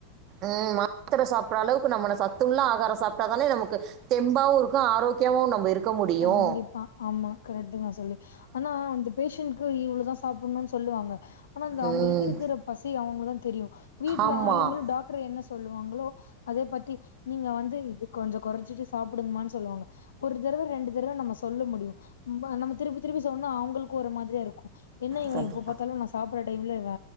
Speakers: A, on the right (about 40°); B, on the left (about 65°).
A: ம் மாத்தர சாப்ற அளவுக்கு நம்மன சத்துல்ல ஆகாரம் சாப்டாதானே நமக்கு தெம்பாவு இருக்கு ஆரோக்கியாவு நம்ப இருக்க முடியு
B: கண்டிப்பா ஆமா கரெட்டுங்க சொல்லி ஆனா அந்த பேஷண்ட்கு இவ்ளதா சாப்புண்னுன் சொல்லுவாங்க ஆனா அந்த
A: ம்
B: அவுங்ளுக்கு இருக்குற பசி அவுங்ளுகுதா தெரியு வீட்ல
A: ஆமாம்
B: ஆளுங்களு டாக்ட்ரு என்ன சொல்லுவாங்ளோ அதே பத்தி நீங்க வந்து இது கொஞ்ச கொறைச்சிட்டு சாப்டுங்கமானு சொல்லுவாங்க ஒரு தரவ ரெண்டு தரவ நம்ம சொல்ல முடியு ம் நம்ம திருப்பி திருப்பி சொன்னா அவுங்களுக் ஒரு மாதிரியா இருக்கு என்ன இவ
A: கண்டிப்பாக
B: எப்ப பாத்தாலு நா சாப்பற டைம்ல இவ